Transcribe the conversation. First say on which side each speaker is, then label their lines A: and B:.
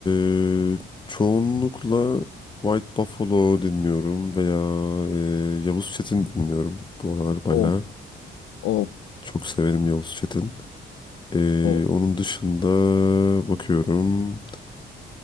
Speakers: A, on the left; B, on the left.
A: e, çoğunlukla White Buffalo dinliyorum veya e, Yavuz Çetin dinliyorum. Bu aralar bayağı
B: Of Of
A: çok severim Yavuz Çetin. E,
B: of.
A: onun dışında bakıyorum.